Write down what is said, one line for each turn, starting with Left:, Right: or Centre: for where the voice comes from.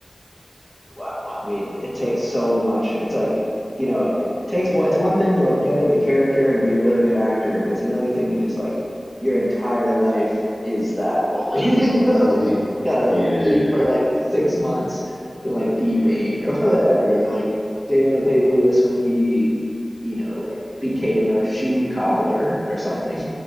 Centre: Wow. I mean, it takes so much. It's like, you know, it takes one, it's one thing to like get into character and be a really good actor, but it's another thing to just like your entire life is that role. <laughs> You know,
Left: yeah,
Centre: like gotta like
Left: yeah,
Centre: eat for like six months to like be
Left: yeah.
Centre: Bane or <laughs> whatever, or like Daniel Day-Lewis when he, you know, like became a shoe cobbler or something.